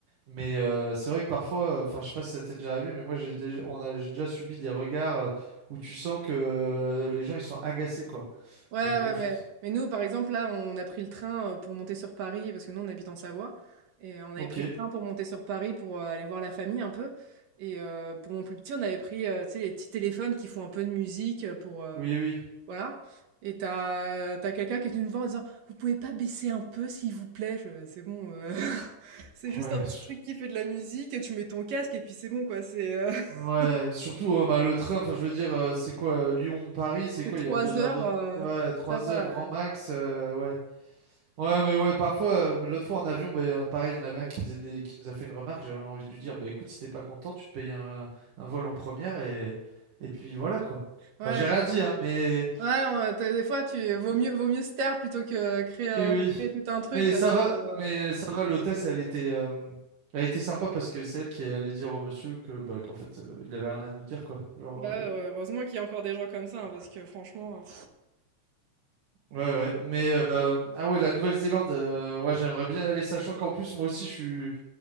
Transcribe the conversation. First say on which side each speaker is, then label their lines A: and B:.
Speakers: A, on the right; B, on the right.
A: Mais euh, c'est vrai que parfois, euh, enfin je sais pas si ça t'est déjà arrivé, mais moi j'ai déjà, on a, j'ai déjà subi des regards euh, où tu sens que euh, les gens ils sont agacés quoi.
B: Ouais,
A: Mais bon,
B: ouais, donc,
A: je
B: mais,
A: trouve ça.
B: mais nous, par exemple, là, on a pris le train euh, pour monter sur Paris, parce que nous, on habite en Savoie, et euh, on avait
A: Ok,
B: pris le train pour monter sur Paris pour euh, aller voir la famille un peu. Et euh, pour mon plus petit, on avait pris, euh, tu sais, les petits téléphones qui font un peu de musique euh, pour... euh,
A: oui, oui.
B: voilà. Et t'as, t'as quelqu'un qui est venu nous voir en disant, Vous pouvez pas baisser un peu, s'il vous plaît? Je, c'est bon, euh, <laughs> c'est juste
A: Ouais,
B: un petit
A: su-
B: truc qui fait de la musique, tu mets ton casque, et puis c'est bon, quoi. C'est euh, <laughs>
A: ouais. Surtout euh, bah, le train, enfin je veux dire, euh, c'est quoi euh, Lyon-Paris, c'est
B: c'est
A: quoi?
B: trois
A: Il y a deux
B: heures,
A: heures de, train,
B: euh,
A: ouais, trois
B: ça va.
A: heures grand
B: euh.
A: max, euh, ouais. Ouais, mais ouais, parfois, euh, l'autre fois en avion, ben, euh, pareil, il y en avait un qui faisait des- qui nous a fait une remarque, j'avais envie de lui dire, bah écoute, si t'es pas content, tu te payes un, un vol en première et, et puis voilà quoi.
B: Ouais,
A: Enfin, j'ai rien dit, hein, mais
B: Ouais, on tu des fois, tu vaut mieux vaut mieux se taire plutôt que créer, heu,
A: oui, oui.
B: créer tout un truc
A: Mais
B: parce
A: ça
B: que,
A: va,
B: heu,
A: mais ça va, l'hôtesse, elle était, euh, elle était sympa parce que c'est elle qui est allée dire au monsieur que bah qu'en fait, euh, il avait rien à nous dire quoi. Genre,
B: là,
A: euh,
B: heu, heureusement qu'il y a encore des gens comme ça, hein, parce que franchement, heu,
A: ouais, ouais. Mais euh, ah ouais, la Nouvelle-Zélande, euh, ouais, j'aimerais bien aller, sachant qu'en plus, moi aussi, je suis,